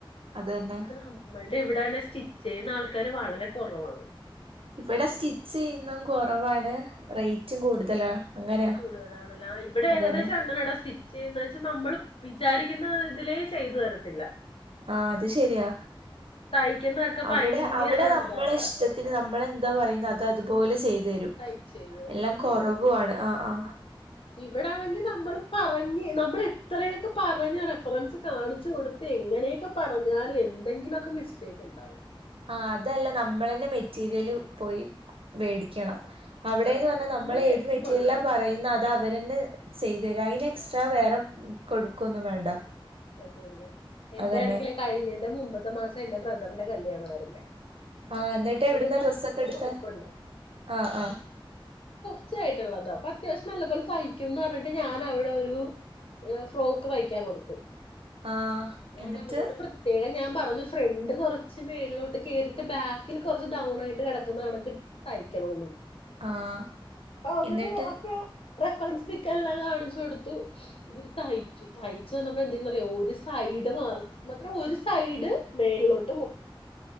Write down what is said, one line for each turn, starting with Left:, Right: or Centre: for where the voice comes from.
Right: അത് തന്നെ
Left: നമ്മളുടെ ഇവിടൊണ് സ്റ്റിച്ച് ചെയ്യുന്ന ആൾക്കാര് വളരെ കുറവാണ്.
Right: ഇവിടെ സ്റ്റിച്ച്ന്നും കുറവാണ് റേറ്റും കൂടുതലാ. അങ്ങനെയാ
Left: കൂടുതലാണല്ല ഇവിടെ
Right: അതന്നെ
Left: ഏകദേശം അങ്ങനെ ഇട സ്റ്റിച്ച് ചെയ്യുന്ന വെച്ചൽ നമ്മള്.. വിചാരിക്കുന്ന ഇതിലേ ചെയ്തു തരത്തില്ല.
Right: ആഹ അത് ശെരിയാ.
Left: തയ്ക്കുന്നതൊക്കെ ഭയങ്കര
Right: അവിടെ അവിടെ നമ്മള്
Left: ഇതായിട്ടാ
Right: ഇഷ്ടത്തിന് നമ്മളെന്താ പറയുന്നത് അത.. അതുപോലെ ചെയ്തു തരും
Left: തയ്ച്ചു തരും
Right: എല്ലാം കുറവാണ് ആ ആ.
Left: ഇവിടെ ആണെങ്കി നമ്മൾ പറഞ്ഞ. നമ്മൾ എത്രയൊക്കെ പറഞ്ഞ റഫറൻസ് കാണിച്ച് കൊടുത്ത് എങ്ങനെയൊക്കെ പറഞ്ഞാലും എന്തെങ്കിലുമൊക്കെ.. മിസ്റ്റയ്ക്ക് ഉണ്ടാവും.
Right: ആ അതല്ല നമ്മള തന്നെ മെറ്റീരിയല് പോയി. മേടിക്കണം അവിടെന്ന്
Left: ആഹ്
Right: പറഞ്ഞാൽ
Left: അതെ
Right: നമ്മൾ
Left: നമ്മള് മേടിച്ചും
Right: ഏത് മെറ്റീരിയലാ
Left: കൊടുക്കണം.
Right: പറയുന്ന അത് അവരന്നെ ചെയ്തു തരാ.. അയിന് എക്സ്ട്രാ വേറെ കൊടുക്കുംന്നും വേണ്ട..
Left: അതെയല്ലേ എന്റൊണെങ്കില്
Right: അതന്നെ
Left: കഴിഞ്ഞന്റെ മുമ്പത്തെ മാസം എറെ ബ്രദറിന്റെ കല്യാണമായിരുന്നേ.
Right: ആഎന്നിട്ട്
Left: അപ്പൊ ഞങ്ങളുടെ
Right: എവിടന്ന്
Left: ഇവിടെ
Right: ഡ്രസ്സ
Left: അടുത്തൊരു
Right: ഒക്കെ എടുത്താ
Left: ഷോപ്പുണ്ട്.
Right: ആആ
Left: തച്ചയായിട്ടുള്ളത് അപ്പൊ അത്യാവശ്യം നല്ലപ പോലെ തയ്ക്കുംന്ന് പറഞ്ഞിട്ട് ഞാൻ അവിടെ ഒരു.. ഫ്രോക്ക് തയ്ക്കാൻ കൊടുത്തു.
Right: ആഹ്
Left: ഞാൻ
Right: എന്നിട്ട്
Left: അവരോട് പ്രത്യേകം ഞാൻ പറഞ്ഞു ഫ്രണ്ട് കൊറച്ച്. മേുകളിലോട്ട് കേയറിട്ട് ബാക്കിൽ കുറച്ച് ഡൗൺ ആയിട്ട് കിടക്കുന്നതാണക്ക് തയ്ക്കണന്ന്.
Right: ആഹ്
Left: അവര്
Right: എന്നിട്ട്
Left: അപ്പൊ. റഫറൻസ് ബുക്ക് എല്ലാം കാണിച്ചു കൊടുത്തു ഇവര് തയ്ച്ചു തയ്ച്ച. വന്നപ്പോ എന്താന്നറിയാവോ ഒരു സൈഡ് മാ മാത്ര ഒരു സൈഡ് മേളിലോട്ട്.